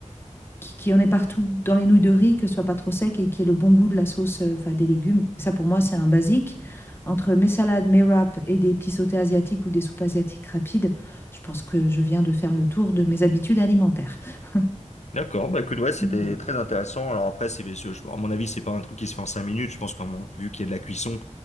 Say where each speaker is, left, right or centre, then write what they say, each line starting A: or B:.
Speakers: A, on the left; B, on the left.
A: qui qui en ait partout dans les nouilles de riz, que ce soit pas trop sec et qu'il y ait le bon goût de la sauce, euh, enfin des légumes. Ça pour moi, c'est un basique. Entre mes salades, mes wraps et des petits sautés asiatiques ou des soupes asiatiques rapides, je pense que je viens de faire le tour de mes habitudes alimentaires. <laughs>
B: D'accord, bah écoute, ouais, c'était
A: Hmm.
B: très intéressant. Alors après, c'est, c'est- je- à mon avis, c'est pas un truc qui se fait en cinq minutes. Je pense qu'en vu qu'il y a de la cuisson,